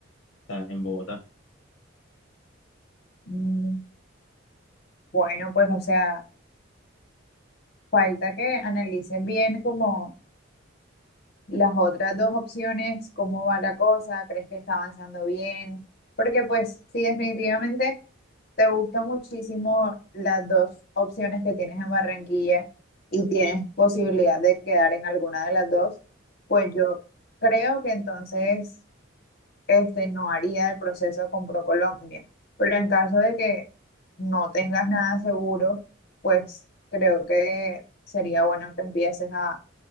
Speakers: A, on the left; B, on the left.
A: estás en Bogotá.
B: Mm, Bueno, pues o sea, falta que analicen bien como las otras dos opciones, cómo va la cosa, crees que está avanzando bien, porque pues sí, definitivamente... te gustan muchísimo las dos opciones que tienes en Barranquilla y tienes posibilidad de quedar en alguna de las dos, pues yo creo que entonces este, no haría el proceso con ProColombia. Pero en caso de que no tengas nada seguro, pues creo que sería bueno que empieces a,